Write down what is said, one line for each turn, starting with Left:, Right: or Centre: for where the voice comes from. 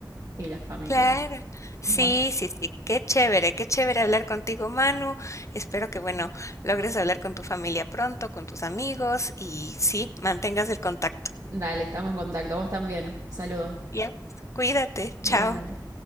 Right: y la familia.
Left: Claro, sí,
Right: Bueno,
Left: sí, sí, qué chévere, qué chévere hablar contigo, Manu. Espero que, bueno, logres hablar con tu familia pronto, con tus amigos y sí, mantengas el contacto.
Right: dale, estamos en contacto. Vos también. Saludo.
Left: Ya, pues, cuídate, chao.
Right: Igualmente.